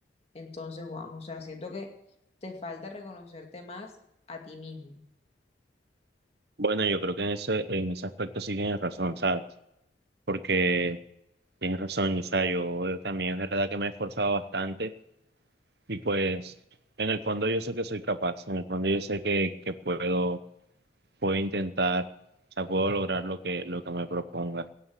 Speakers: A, on the left (about 35°); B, on the right (about 60°).
A: Entonces, Juanjo, o sea, siento que te falta reconocerte más a ti mismo.
B: Bueno, yo creo que en ese, en ese aspecto sí tienes razón, ¿sabes? Porque tienes razón, o sea, yo también es verdad que me he esforzado bastante Y pues en el fondo yo sé que soy capaz, en el fondo yo sé que, que puedo, puedo intentar, o sea, puedo lograr lo que, lo que me proponga.